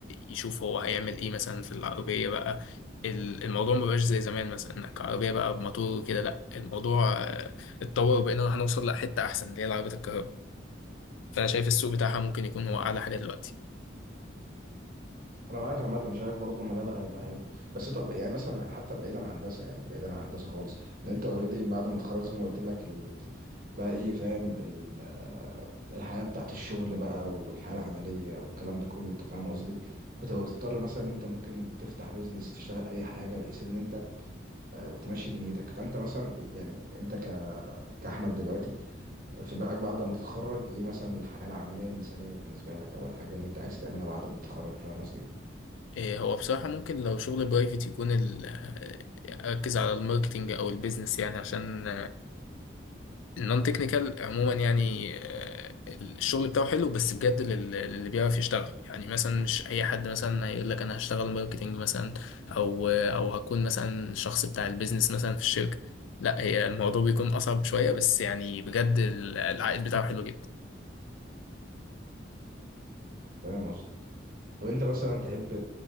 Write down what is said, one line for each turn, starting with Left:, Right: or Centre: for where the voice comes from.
Left: يشوف هو هيعمل ايه مثلا في العربية بقى ال- الموضوع ما بقاش زي زمان مثلا انك عربية بقى بموتور كده لا الموضوع آه، اتطور وبقينا هنوصل لحتة احسن اللي هي العربيات الكهرباء فانا شايف السوق بتاعها ممكن يكون
Right: شايف
Left: هو اعلى حاجة دلوقتي
Right: انا معاك عامه انا شايف برضه مجالها هيبقى حلو بس طب يعني مثلا حتى بعيدا عن هندسه يعني بعيدا عن هندسه خالص لان انت اوريدي بعد ما تتخرج زي ما قلت لك ال... بقى ايه فاهم ال... آه، الحياه بتاعت الشغل بقى والحياه العمليه والكلام ده كله انت فاهم قصدي بتبقى بتضطر مثلا ان انت ممكن تفتح بيزنس تشتغل اي حاجه بحيث ان انت آه، تمشي دنيتك فانت مثلا يعني انت ك... كاحمد دلوقتي في بالك بعد ما تتخرج ايه مثلا الحياه العمليه المثاليه بالنسبه لك او الحاجه اللي انت عايز تعملها بعد ما تتخرج فاهم قصدي
Left: إيه هو بصراحة ممكن لو شغل برايفت يكون ال- أركز على الماركتينج أو البيزنس يعني عشان النون تكنيكال عموما يعني آه، الشغل بتاعه حلو بس بجد لل- للي بيعرف يشتغل يعني مثلا مش أي حد مثلا هيقول لك أنا هشتغل ماركتينج مثلا أو أو هكون مثلا شخص بتاع البيزنس مثلا في الشركة لا هي الموضوع بيكون أصعب شوية بس يعني بجد ال- العائد بتاعه حلو جدا
Right: فاهم قصدي طب انت مثلا تحب